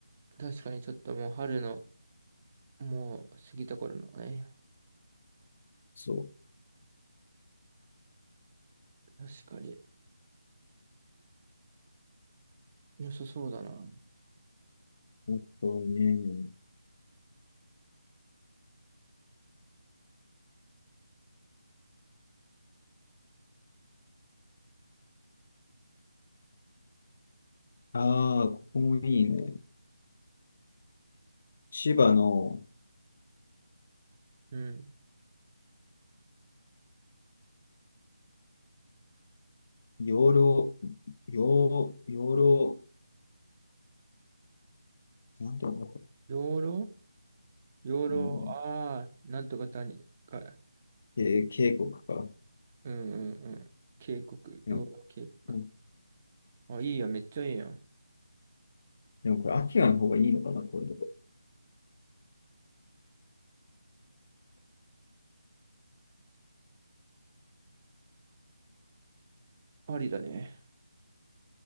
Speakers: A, on the right; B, on the left.
A: 確かにちょっともう春の、もう過ぎた頃のね。
B: そ
A: 確かに良さそうだな。
B: う。あとね、ああ、ここもいいね。千葉の、
A: うん。
B: 養老、養、養老、なんていうのか
A: 養老養老、
B: な、うん、
A: ああ、なんとか谷かい。
B: け渓谷か。
A: うんうんうん。渓谷、
B: でも、
A: 養老渓谷。
B: うん
A: あ、いいや、めっちゃいいやん。
B: でもこれ、秋の方がいいのかな、こういうとこ。
A: ありだね。